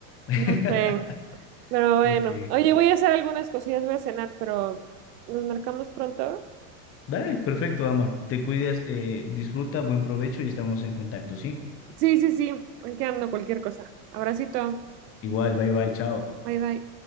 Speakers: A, on the left; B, on the right.
A: <laughs>
B: Ya sé. Pero bueno,
A: Ok.
B: oye, voy a hacer algunas cosillas, voy a cenar, pero nos marcamos pronto.
A: Dale, perfecto, ama. Te cuidas, eh, disfruta, buen provecho y estamos en contacto, ¿sí?
B: Sí, sí, sí, aquí ando cualquier cosa. Abracito,
A: Igual, bye bye, chao.
B: bye bye.